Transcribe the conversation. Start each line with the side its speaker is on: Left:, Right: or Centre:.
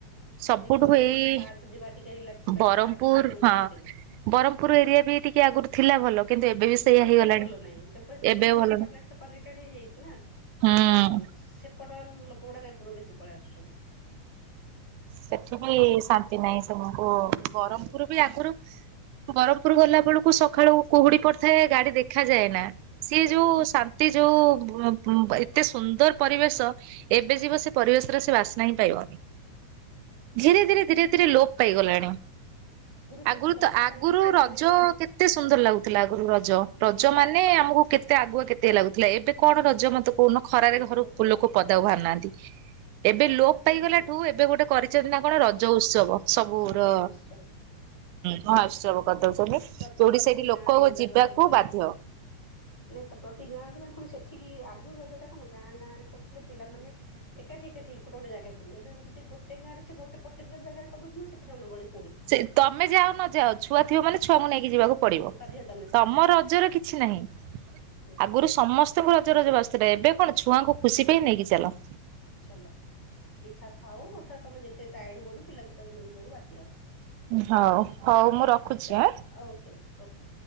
Right: ସବୁଠୁ
Centre: ଯିବ ନାହିଁ
Right: ଏଇ
Centre: ଟିକେ ପାର୍କ ଯିବା ଟିକେ ରିଲାକ୍ସ ପାଇଁ
Right: ବ୍ରହ୍ମପୁର
Centre: ପାର୍କରେ ବି ହଉନି
Right: ହଁ।
Centre: ଆଜିକାଲି।
Right: ବ୍ରହ୍ମପୁର ଏରିଆ ବି ଟିକେ ଆଗରୁ ଥିଲା ଭଲ କିନ୍ତୁ ଏବେ ବି ସେଇଆ
Centre: ଏବେ
Right: ହେଇଗଲାଣି
Centre: ଆଉ ଭଲ ନାହିଁ। ଯେପରି
Right: ଏବେ
Centre: ସେ ବିଶାଖାପଟଣା
Right: ଆଉ ଭଲ ନାହିଁ
Centre: ସହିତ କନେକ୍ଟେଡ ହେଇଯାଇଛି ନା ସେ
Right: ହୁଁ।
Centre: ଆଉ ସେ ସେପଟ ଲୋକ ଗୁଡାକ ଏପଟୁ ବେଶୀ ପଳେଇ ଆସୁଛନ୍ତି।
Right: ସେଠି ବି ଶା ନ୍ତି ନାହିଁ ସେକୁ
Centre: ଶାନ୍ତି
Right: ବ୍ରହ୍ମପୁର
Centre: ନାହିଁ ଆଉ
Right: ବି ଆଗରୁ ବରମ ଉପୁରୁ ଗଲା ବେଳକୁ ସକାଳୁ କୁହୁଡି ପଡିଥାଏ ଗାଡି ଦେଖାଯାଏ ନା ସିଏ
Centre: ହୁଁ।
Right: ଯୋଉ ସା ନ୍ତି ଯୋଉ ଏତେ ସୁନ୍ଦର ପରିବେଶ। ଏବେ ଯିବ ସେ ପରିବେଶ ରେ ସେ ବାସ୍ନା ହିଁ ପାଇବନି। ଧୀରେ ଧୀରେ ଧୀରେ ଧୀରେ ଲୋପ ପାଇଗଲାଣି
Centre: ଯେମିତି
Right: ଆଗରୁ
Centre: ବର୍ଷା
Right: ତ ଆଗରୁ
Centre: ପାଣି ଟିକେ
Right: ରଜ
Centre: ପଡିଲେ
Right: କେ କେତେ ସୁନ୍ଦର ଲାଗୁଥିଲା ଆଗରୁ ରଜ ରଜ
Centre: ହଁ ପା
Right: ମାନେ ଆମକୁ କେତେ ଏତେ ଆଗୁଆ କେତେ ଲାଗୁଥିଲା ଏବେ କଣ ରଜ ମତେ କହୁନ ଖରାରେ
Centre: ନାଇଁ
Right: ଘରୁ
Centre: ମତେ ତ
Right: ଲୋକ ପଦା କୁ ବାହାରୁ ନାହାନ୍ତି। ଏବେ
Centre: ରଜରେ
Right: ଲୋପ
Centre: ଟେନସନ
Right: ପାଇଗଲାଠୁ ଏବେ ଗୋଟେ କରିଛନ୍ତି ନା କଣ ରଜ ଉତ୍ସବ ସବୁ
Centre: ରଜ
Right: ର
Centre: ମହୋତ୍ସବ
Right: ମହାଉତ୍ସବ କରିଦଉଛନ୍ତି।
Centre: ପ୍ରତି
Right: ଯୋଉଠି
Centre: ପ୍ରତି
Right: ସେଇଠି ଲୋକ
Centre: ଗାଁ ରେ
Right: ଓ
Centre: ଏଗୁଡାକ
Right: ଯିବାକୁ
Centre: ସବୁ କଲେ
Right: ବାଧ୍ୟ।
Centre: ନାଇଁ ତା ପ୍ରତି ଗାଁ ଗାଁ ପୁଣି ସେଠିକି ଆଗରୁ ରଜ ଟା କଣ ଗାଁ ଗାଁ ରେ କରୁଥିଲେ ପିଲାମାନେ। ଏକାଠି ଏକାଠି ହେଇକି କୋଉଠି ଗୋଟେ ଜାଗାକୁ ଖୋଜୁଥିଲି ଏବେ ଖୋଜୁଛି ଯଦି ଗୋଟେ ଗାଁରେ ଅଛି ଗୋଟେ ପଟିକୁଲାର ଜାଗାରେ କରିଦଉଛନ୍ତି ସେଠି ଜନଗହଳୀ।
Right: ସେ ତମେ ଯାଅ ନ ଯାଅ ଛୁଆ ଥିବ ମାନେ ଛୁଆଙ୍କୁ ନେଇକି ଯିବାକୁ ପଡିବ।
Centre: ବାଧ୍ୟ ତମେ ସେଠି
Right: ତମ ରଜର କିଛି ନାହିଁ
Centre: ହୁଁ
Right: ଆଗରୁ ସମ ସ୍ତଙ୍କୁ ରଜ ରଜ ବାସୁଥିଲା ଏବେ କଣ ଛୁଆଙ୍କୁ ଖୁସି ପାଇଁ ନେଇକି ଚାଲ।
Centre: ଚାଲ ଇଛା ଥାଉ ନଛା ତମେ ଯେତେ ଟାୟାର୍ଡ ହୁଅ ବି ପିଲାଙ୍କୁ ତମେ ନେଇକି ଯିବାକୁ ବାଧ୍ୟ।
Right: ହଉ ହଉ ମୁଁ ରଖୁଛି
Centre: ଚାଲ
Right: ଆଁ।
Centre: Okay okay okay.